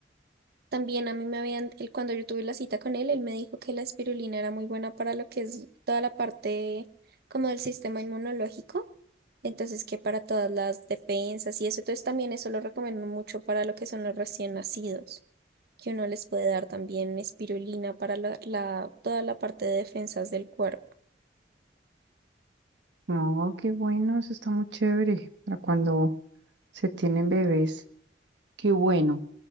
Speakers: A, on the right; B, on the right.
A: También a mí me habían, él, cuando yo tuve la cita con él, él me dijo que la espirulina era muy buena para lo que es toda la parte como del sistema inmunológico. Entonces, que para todas las defensas y eso. Entonces, también eso lo recomiendo mucho para lo que son los recién nacidos, que uno les puede dar también espirulina para la, la- toda la parte de defensas del cuerpo.
B: No, qué bueno, eso está muy chévere para cuando se tienen bebés. Qué bueno.